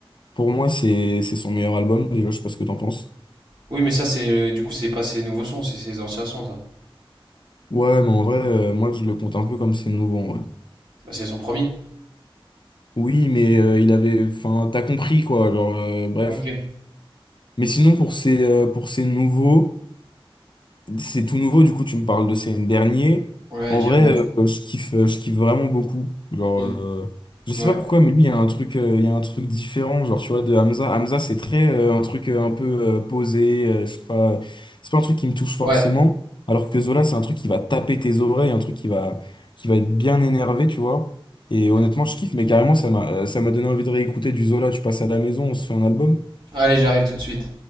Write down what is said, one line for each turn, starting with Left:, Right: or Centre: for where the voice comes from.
Left: pour moi, c'est c'est son meilleur album. Déjà, je sais pas ce que t'en penses.
Right: Oui, mais ça, c'est euh, du coup, c'est pas ses nouveaux sons, c'est ses anciens sons, ça.
Left: Ouais, mais en vrai, euh, moi, je le compte un peu comme ses nouveaux. en vrai.
Right: Bah, c'est son premier.
Left: Oui, mais euh, il avait, enfin, t'as compris quoi. Genre, euh, bref.
Right: Ok.
Left: Mais sinon, pour ces euh, pour ces nouveaux. C'est tout nouveau, du coup, tu me parles de ces derniers.
Right: Ouais,
Left: En
Right: Diamant.
Left: vrai, euh, je kiffe, euh, je kiffe vraiment beaucoup. Genre,
Right: Mm.
Left: euh, je sais
Right: Ouais.
Left: pas pourquoi, mais lui, il y a un truc, euh, il y a un truc différent. Genre, tu vois, de Hamza. Hamza, c'est très euh, un truc euh, un peu euh, posé. euh, je sais pas, c'est pas un truc qui me touche forcément.
Right: Ouais.
Left: Alors que Zola, c'est un truc qui va taper tes oreilles, un truc qui va, qui va être bien énervé, tu vois. Et honnêtement,
Right: Mm.
Left: je kiffe, mais carrément, ça m'a, euh, ça m'a donné envie de réécouter du Zola. Tu passes à la maison, on se fait un album.
Right: Allez, j'arrive tout de suite.